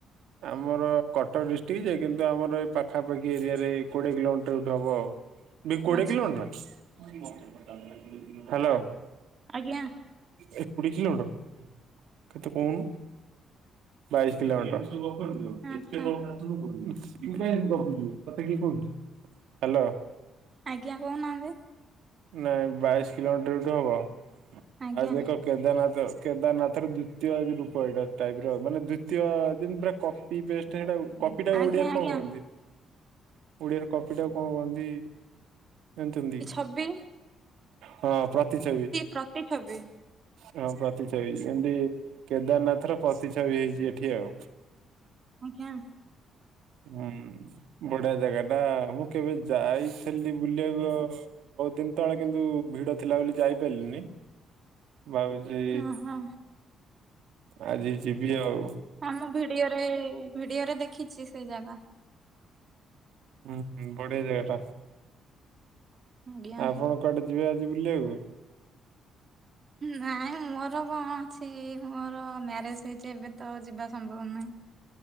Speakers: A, on the right (about 80°); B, on the right (about 40°).
A: ଆମର କଟକ ଡିଷ୍ଟ୍ରିକ ଯେ କିନ୍ତୁ ଆମର ଏଇ ପାଖାପାଖି ଏରିଆରେ କୋଡିଏ କିଲୋମିଟର ଏଇଠୁ ହବ ବି କୋଡେ
B: ଆଚ୍ଛା
A: କିିଲୋ ମିଟର ହ୍ୟାଲୋ।
B: ଆଜ୍ଞା।
A: ଏ କୋଡିଏ କିଲୋମିଟର କେତେ କହୁନୁ ବାଇସ କିଲୋମିଟର। <unintelligible>
B: ଆଚ୍ଛା
A: ଏତେ କଣ ହ୍ୟାଲ।
B: ଆଜ୍ଞା କହୁନାହାନ୍ତି।
A: ନାଇଁ ବାଇଶ କିଲୋମିଟର ଏଠୁ ହବ
B: ଆଜ୍ଞା
A: ଆ ଦେଖ କେଦାରନାଥ କେଦାରନାଥ ର ଦ୍ଵିତୀୟ ରୂପ ଏଇଟା ଟାଇପ ର ମାନେ ଦ୍ଵିତୀୟ ଜିନ୍ ପୁରା କ ପି ପେଷ୍ଟ ହେଟାଉ କପିଟା
B: ଆଜ୍ଞା
A: ଓଡିଆରେ
B: ଆଜ୍ଞା
A: କ କୁହନ୍ତି ଓଡିଆରେ କପି ଟା କ କୁହନ୍ତି? ଜାନଚନ୍ତି?
B: ହବି
A: ହଁ ପ୍ରତିଛବି।
B: ପ୍ରତି ଛବି
A: ହଁ ପ୍ରତିଛବି ଏମତି କେଦାରନାଥ ର ପ୍ରତିଛବି ହେଇଛି ଏଠି ଆଉ।
B: ଆଜ୍ଞା।
A: ହୁଁ। ବଢିଆ ଜାଗାଟା ମୁଁ କେବେ ଯାଇଥିଲି ବୁଲିବାକୁ ବହୁତ୍ ଦିନ ତଳେ କିନ୍ତୁ ଭିଡ ଥିଲା ବୋଲି ଯାଇପାରିଲିନି। ଭାବୁଚି
B: ଓହୋ
A: ଆଜି ଯିବି ଆଉ।
B: ହଁ ମୁଁ ଭିଡିଓରେ ଭିଡିଓରେ ଦେଖିଚି ସେଇ ଜାଗା।
A: ଉହୁଁ ବଢିଆ ଜାଗା ଟା।
B: ଆଜ୍ଞା
A: ଆପଣ କୁଆଡେ ଯିବେ ଆଜି ବୁଲିବାକୁ?
B: ନାଇଁ ମୋର କ ଅଛି ମୋର ମ୍ୟାରେଜ ହେଇଚି ଏବେ ତ ଯିବା ସମ୍ଭବ ନୁହେଁ